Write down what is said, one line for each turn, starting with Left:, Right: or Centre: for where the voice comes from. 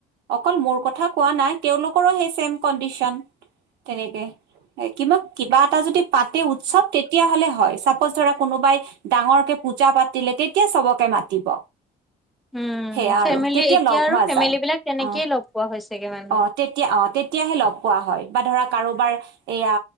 Right: অকল মোৰ কথা কোৱা নাই তেওঁলোকৰো সেই চেম। কনডিচন তেনেকে কিন্তু কিবা এটা যদি পাতে উৎসৱ তেতিয়া হলে হয় ধৰা কোনোবাই ডাঙৰকে পূজা পাতিলে তেতিয়া চবকে মাতিব
Centre: উম,
Right: সেয়া
Centre: ফেমিলি
Right: আৰু তেতিয়া
Centre: এতিয়া
Right: লগ
Centre: আৰু
Right: হোৱা
Centre: ফেমিলি
Right: যায়
Centre: বিলাক তেনেকেই
Right: অ'
Centre: লগ পোৱা হৈছেগে মানুহ।
Right: অ' তেতিয়া অ' তেতিয়া তেতিয়াহে লগ পোৱা হয় বা ধৰা কাৰোবাৰ এইয়া